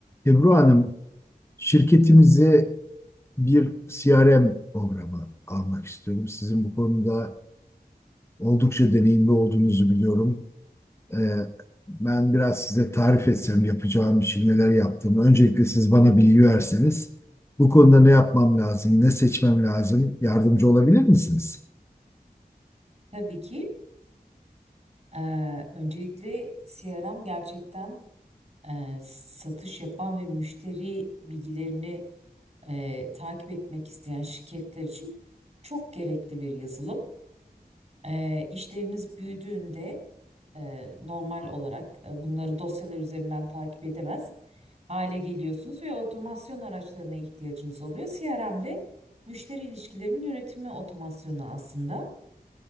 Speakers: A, on the left (about 15°); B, on the right (about 45°).
A: Ebru Hanım, şirketimize bir CRM programı almak istiyorum. Sizin bu konuda oldukça deneyimli olduğunuzu biliyorum. Ee, ben biraz size tarif etsem yapacağım işi, neler yaptığımı. Öncelikle siz bana bilgi verseniz, bu konuda ne yapmam lazım, ne seçmem lazım, yardımcı olabilir misiniz?
B: Tabii ki. Eee, öncelikle CRM gerçekten eee, satış yapan ve müşteri bilgilerini eee, takip etmek isteyen şirketler için çok gerekli bir yazılım. Eee işleriniz büyüdüğünde eee, normal olarak eee, bunları dosyalar üzerinden takip edemez hale geliyorsunuz ve otomasyon araçlarına ihtiyacınız oluyor. CRM'de müşteri ilişkilerinin yönetimi otomasyonu aslında.